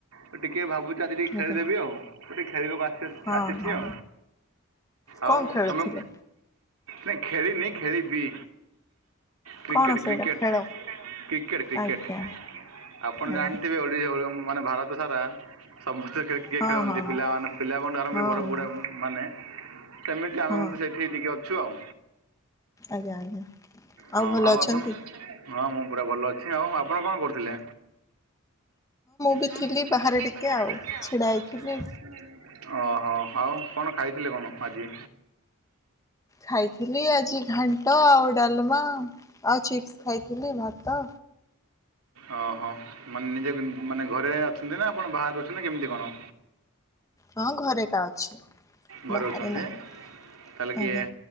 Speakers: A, on the right; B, on the left.
A: ମୁ ଟିକେ ଭାବୁଛି ଆଜି ଟିକେ ଖେଳିଦେବି
B: ଆଜ୍ଞା
A: ଆଉ ମୁଁ ଟିକେ ଖେଳିବାକୁ ଆସି
B: ହଁ
A: ଆସିଛି
B: ହଁ
A: ଆ
B: କଣ
A: ଆଉ
B: ଖେଳୁଥିଲେ?
A: ତମେ ନାଇଁ ଖେଳିିନି ଖେଳିବି। କ୍ରିକେଟ
B: କଣ ସେଇଟା
A: କ୍ରିକେଟ
B: ଖେଳ
A: କ୍ରିକେଟ କ୍ରିକେଟ
B: ଆଜ୍ଞା
A: ଆପଣ
B: ଆଜ୍ଞା
A: ଜାଣିଥିବେ ମାନେ ଭାରତ ସାରା ସମସ୍ତେ କିଏ
B: ହଁ
A: ଖେଳନ୍ତି
B: ହଁ
A: ପିଲା ମାନେ ପିଲା ଆରମ୍ଭ
B: ହଁ
A: କରି ବଡ଼ ବୁଡ଼ା
B: ହଁ
A: ମାନେ ସେମିତି ଆମେ
B: ହଁ
A: ମାନେ ସେଇଠି ଟିକି ଅଛୁ ଆଉ।
B: ଆଜ୍ଞା ଆଜ୍ଞା।
A: ହଁ
B: ଭଲ
A: ଆଉ
B: ଅଛନ୍ତି?
A: ଆପଣ? ହଁ ମୁଁ ପୁରା ଭଲ ଅଛି ଆଉ ଆପଣ କଣ କରୁଥିଲେ?
B: ବି
A: ହଁ
B: ଥିଲି
A: ମୁଁ ଦେଖିଥିଲି
B: ବାହାରେ
A: ପାଖରେ ଟିକେ ଆଉ
B: ଛିଡା ହେଇଥିଲି।
A: ଛିଡା ଓହୋ ଆଉ କଣ ଖାଇଥିଲେ କଣ ଆଜି?
B: ଖାଇଥିଲି ଆଜି ଘାଣ୍ଟ ଆଉ ଡାଲମା ଆଉ ଚିପ୍ସ ଖାଇଥିଲି ଭାତ
A: ଓହୋ ମାନେ ନିଜେ ମାନେ ଘରେ ଅଛନ୍ତି ନା ଆପଣ ବାହାରୁ ଅଛନ୍ତି ନା କେମିତି କଣ?
B: ହଁ ଘରେ ଏକା ଅଛି
A: ଘରେ
B: ବାହାରେ
A: ଅଛନ୍ତି
B: ନାହିଁ
A: ତାହେଲେ କି
B: ଆଜ୍ଞା